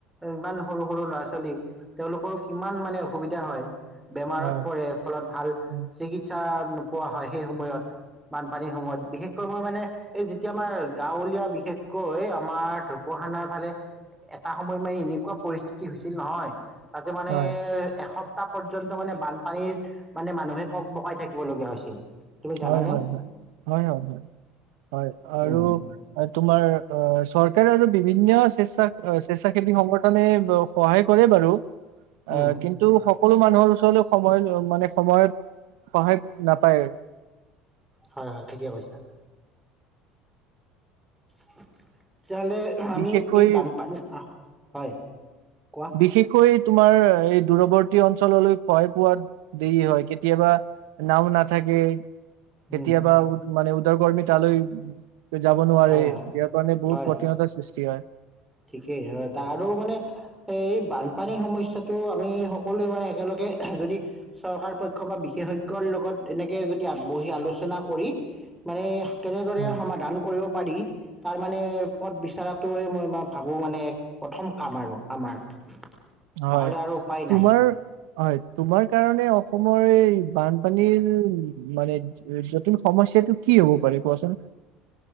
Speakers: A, in the centre; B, on the right.
A: ইমান সৰু সৰু ল'ৰা ছোৱালী তেওঁলোকো ইমান মানে সুবিধা হয়। বেমাৰত
B: হয়।
A: পৰে ফলত ভাল
B: হয়,
A: চিকিৎসা নোপোৱা হয় সেই সময়ত বানপানীৰ সময়ত বিশেষকৈ মই নোপোৱা হয় সেইসময়ত বানপানী সময়ত বিশেষকৈ মই মানে এই যেতিয়া আমাৰ গাঁৱলীয়া বিশেষকৈ আমাৰ ঢকুৱাখানাৰ ফালে এটা সময়ত মানে এনেকুৱা পৰিস্থিতি হৈছিল নহয়। তাকে মানে
B: হয়,
A: এসপ্তাহ পৰ্যন্ত মানে বানপানীৰত মানে মানুহে কক-বকাই থাকিবলগীয়া হৈছিল। তুমি জানানে
B: হয় হয় হয় হয় হয় আৰু
A: উম
B: তোমাৰ চত চৰকাৰে আৰু বিভিন্ন স্বেচ্ছা স্বেচ্ছাসেৱী সংগঠনে সহায় কৰে বাৰু। অ
A: উম
B: কিন্তু সকলো মানুহৰ ওচৰটো সময় মানে সময়ত সহায় নাপায়।
A: হয় হয় ঠিকে কৈছা। <inaudible> তেতিয়াহ'লে আমি
B: বিশেষকৈ
A: এই বানপানী হয়। কোৱা
B: বিশেষকৈ তোমাৰ এই দূৰৱৰ্তী অঞ্চললৈ খাই পোৱাত দেৰি হয় কেতিয়াবা নাও নাথাকে। কেতিয়াবা
A: উম
B: মানে উদ্যকৰ্মী তালৈ যাব নোৱাৰে
A: হয়
B: ইয়াৰ
A: হয়
B: কাৰণে বহুত
A: হয়
B: কঠিনতাৰ সৃষ্টি হয়।
A: ঠিকেই হয় তাক আৰু মানে এই বানপানীৰ সমস্যটো আমি সকলোৱে মানে একেলগে যদি চৰকাৰ পক্ষ বা বিশেষজ্ঞৰ লগত এনেকে যদি বহি আলোচনা কৰি মানে কেনেদৰে
B: হয়।
A: সমাধান কৰিব পাৰি। তাৰ মানে পদ বিচৰাটোয়ে মই ভাবোঁ মানে প্ৰথম কাম আৰু আমাৰ। নহ'লে
B: হয়
A: আৰু উপায় নাই
B: তোমাৰ হয় তোমাৰ কাৰণে অসমৰ এই বানপানীৰ মানে জটিন সমস্যাটো কি হ'ব পাৰে কোৱাচোন?